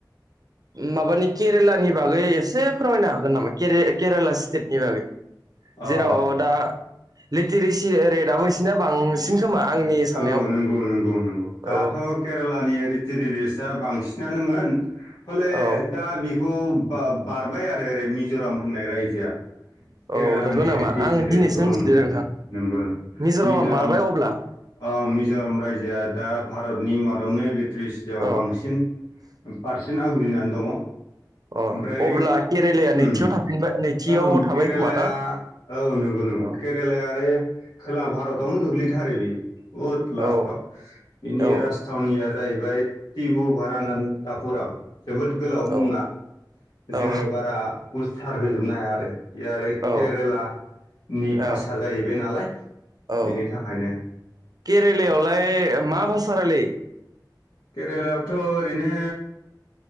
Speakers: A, on the right; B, on the left.
A: माबानि केरेलानि बागै एसे फोरमायनो हागोन नामा के-केरेला स्टेटनि बागै?
B: अ
A: जेराव दा लिटिरेसि रेटआबो इसोरना बांसिन खोमा आंनि साननायाव
B: औ नंगौ नंगौ नंगौ दाथ'
A: औ
B: केरेलानि लिटिरेसि रेट बांसिनानोमोन ह'लेदा
A: औ
B: खौ बा-बारबाय आरो ओरै मिज'राम होननाय रायजोआ। केरेलानिरटिसि
A: औ नंगौ नामा आं
B: रेटखौं
A: दिनैसो मिथिदो
B: उम उम
A: नोंथां
B: नंगौ
A: मिज'रामा
B: मिज'राम
A: बारबाय अब्ला
B: ओं मिज'राम रायजोआ दा भारतनि मादावनो लिरिट्रिसिआव
A: औ
B: बांसिन पारसेन्ट आवग्रिनानै दङ।
A: अ
B: ओमफ्राय
A: अब्ला केरेलाया
B: उम
A: नैथियाव थाफिनबाय नैथियाव
B: ओं
A: थाबाय
B: केरेलाया
A: खोमा ना
B: औ नंगौ नंगौ।
A: औ
B: केरेलाया आरो खोला भारतावनो गोग्लैथारो बेयो। बुहुत लास्टाव
A: औ
B: बिनि
A: औ
B: राजथावनिया जाहै बाय टिबुभारानानटापुराम जोबोद गोलाव मुङा।
A: औ
B: जोङो
A: औ
B: बारा उस्थार होजोबनो हाया आरो। बियो आरो
A: औ
B: केरेला नि
A: ओं
B: भाषा जाहैबाय नालाय।
A: औ
B: बिनि थाखायनो <inaudible>
A: केरेलायावलाय मा भाषा रायलायो?
B: केरेलायावथ' ओरैनो